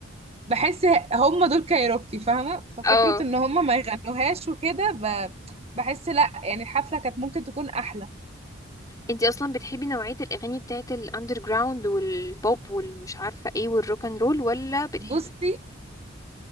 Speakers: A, on the right; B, on the left.
A: بحس هم دول كايروكي فاهمة ففكرة
B: اه
A: ان هم ما يغنوهاش وكده ب... بحس لا يعني الحفلة كانت ممكن تكون أحلى
B: انت اصلا بتحبي نوعيه الاغاني بتاعت الاندر جراوند والبوب والمش عارفه ايه والروك اند رول ولا بتحبي
A: بصي